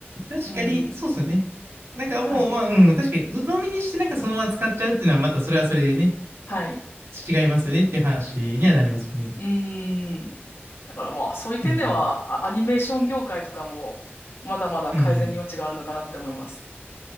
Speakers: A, on the right; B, on the left.
A: 確かに、
B: うん。
A: そうですよね。なんかもう、
B: はい。
A: まあ、うん、確かに、鵜呑みにしてなんかそのまま使っちゃうっていうのは、またそれはそれでね、
B: はい。
A: 違いますよねっていう話にはなりますよね。
B: うーん。だからまあ、そういう点では、
A: うん、
B: あアニメーション業界とかも、まだまだ改善の余地があるのかなって思います。
A: うん、うん、うん。